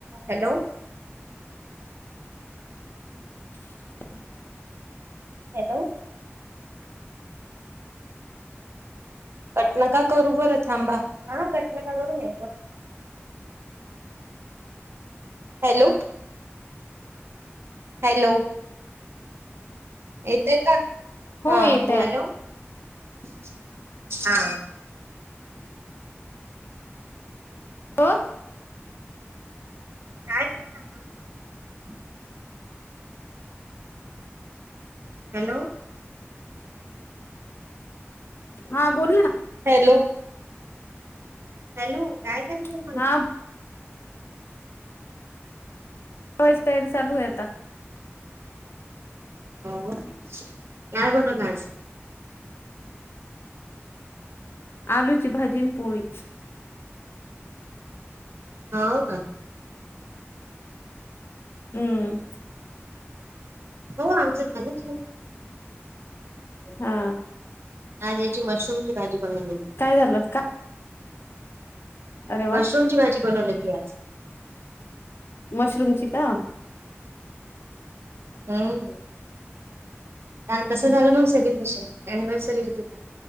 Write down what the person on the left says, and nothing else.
ह
हो
येतय
हो
हा बोल ना
ना
हा आची तयारी चालू आहे आता
आलूची भाजी पोळी
हम्म
हा
काय झालं का अरे वा
मशरूम चिका